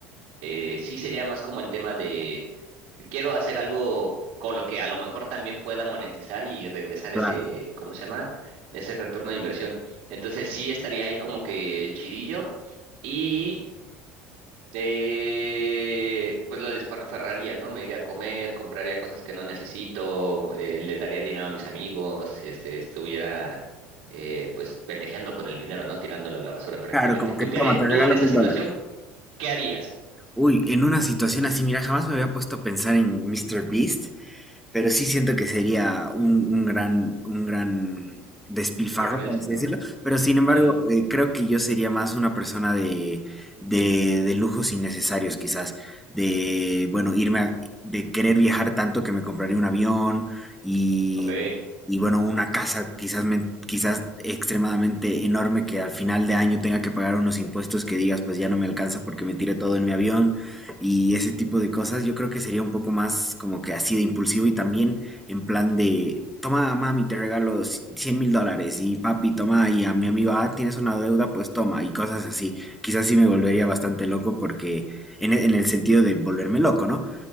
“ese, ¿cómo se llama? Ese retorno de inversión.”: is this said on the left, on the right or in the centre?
Right